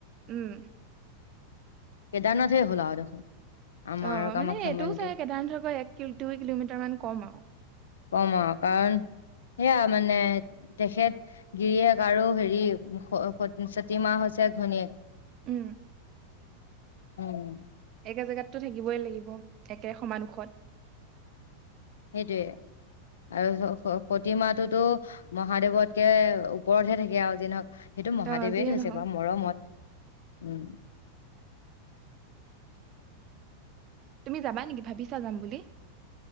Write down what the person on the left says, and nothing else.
কেদাৰনাথে হ'লা আৰু দেখোন আমাৰ
কামাখ্যা
মন্দিৰ
কম আৰু কাৰণ সেয়া মানে তেখেত গিৰিয়েক আৰু হেৰি সতীমাহ হৈছে ঘনীয়েক
উম
সেইটোৱে আৰু প্ৰতিমা টোতো মহাদেৱতকে ওপৰতহে থাকে আৰু যিনহক সেইটো মহাদেৱে
থৈছে
বাৰু মৰমত উম